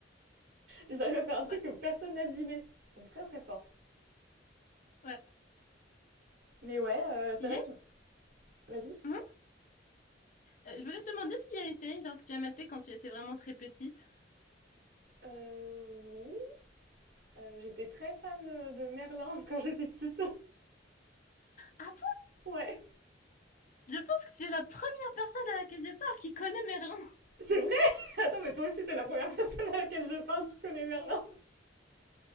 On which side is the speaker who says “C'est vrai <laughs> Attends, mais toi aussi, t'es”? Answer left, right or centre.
Right